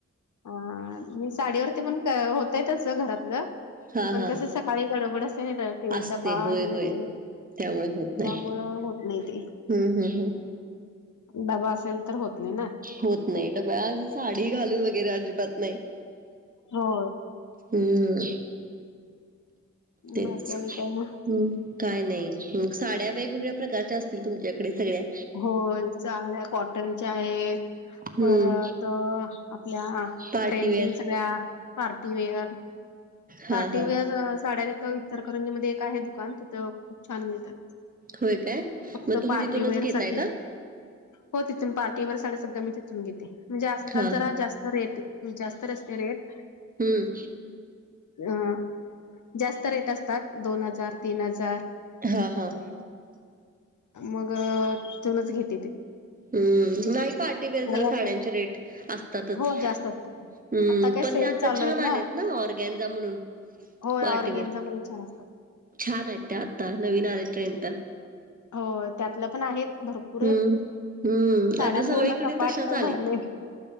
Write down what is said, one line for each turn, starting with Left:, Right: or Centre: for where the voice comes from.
Left: आ म साडीवरती पण होतय तस घरातलं
Right: हा
Left: पण
Right: हा
Left: कस सकाळी गडबड असते ना तर ते
Right: असते
Left: डबा
Right: होय
Left: हे
Right: होय
Left: ते
Right: त्यामुळे होत नाही
Left: त्यामुळं होत नाही ते
Right: हम्म हम्म हम्म.
Left: डबा असेल तर होत नाही ना
Right: होत नाही तर डबा अस साडी घालून वगैरे अजिबात नाही.
Left: हो.
Right: हम्म. तेच
Left: बाकी आणि काय मग
Right: हम्म. काय नाय मग साड्या वेगवेगळ्या प्रकारच्या असतील तुमच्याकडे सगळ्या
Left: होय चागल्या कॉटनच्या आहेत.
Right: हम्म,
Left: परत आपल्या
Right: पार्टीवेअर.
Left: ट्रेंडिंग सगळ्या पार्टीवेअर पार्टीवेअर
Right: हां, हां.
Left: साड्या तीथ इचलंकरंजी मध्ये एक आहे दुकान तिथं खूप छान मिळतात.
Right: होय काय?
Left: फक्त
Right: मग तुम्ही
Left: पार्टीवेअर
Right: तिथूनच घेताय
Left: साठी
Right: का?
Left: हो तिथून पार्टीवर साड्या सगळं मी तिथून घेते म्हणजे आताात
Right: हां,
Left: जरा
Right: हां.
Left: जास्त रेट जास्त असत रेट
Right: हम्म.
Left: अ जास्त रेट असतात दोन हजार तीन हजार
Right: हा हा.
Left: मग तितुनच घेते की
Right: हम्म नाही पार्टीवेअर जरा साड्यांचे
Left: असतात
Right: रेट असतातच.
Left: हो जास्त असतात
Right: हम्म
Left: आता काय
Right: पण
Left: सेल
Right: ते आता
Left: चालू
Right: छान
Left: आहेत
Right: आल्यात ना ऑरगॅनझा म्हणून
Left: होय
Right: पार्टीवेअर
Left: ऑर्गेनचा मध्ये छान असतात
Right: छान आहेत त्या आता नवीन आले ट्रेंड तर.
Left: हो त्यातलं पण आहेत भरपूर. आहेत
Right: हम्म. हम्म
Left: साड्या
Right: आता सगळ्याईकडे
Left: पूर्ण कपाट
Right: तशाच आलेत
Left: भरले